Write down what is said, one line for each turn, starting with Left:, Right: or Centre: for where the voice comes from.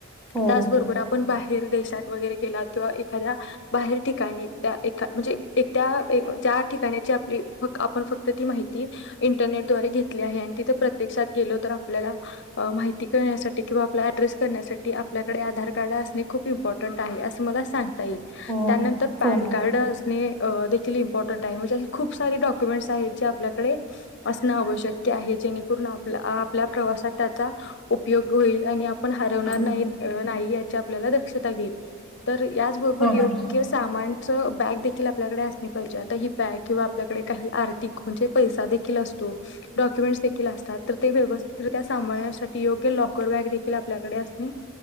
Centre: हो
Left: त्याचबरोबर आपण बाहेर देशात वगैरे गेलात किंवा एखाद्या बाहेर ठिकाणी एकट्या एखाद्या म्हणजे एकट्या ज्या ठिकाण्याची आपली आपण फक्त ती माहि ती इंटरनेटद्वारे घेत ली आहे, आणि तिथं प्रत्यक्षात गेलो तर आपल्याला अं माहिती कळण्यासाठी किंवा आपला एड्रेस कळण्यासाठी साठी आपल्याकडे आधार कार्ड असणे खूप इम्पॉर्टंटं आहे, असं मला सांग ता येईल
Centre: हो
Left: त्यानंतर पॅन
Centre: हो मॅम
Left: कार्ड असने अं देखीलं इम्पॉर्टंटं आहे, म्हणजे खूप सारे डॉक्यु डॉक्युमेंट्स साईडचे आपल्याकडे आसणे आवशक्य आहे जेणे करुन आपल्या आप आपल्या प्रवासात त्याचा उपयोग होईल, आणि आपण हरवणार
Centre: हो
Left: अं नाही याची आपल्याला दक्षता घेईलं तर याचं बरोबर
Centre: हो
Left: योग्य
Centre: मॅम
Left: स सामान च बॅग देख देखील आपल्याकडे असली पाहिजे, आता ही बॅग किंवा आपल्याकडे काही आर्थिक म्हणजे पैसा देखील असतो डॉक्युमेंट्स देखील असतात, तर ते व्यवस्थितरित्या सांभाळण्यासाठी योग्य लॉकर बॅग देखील आपल्याकडे असणे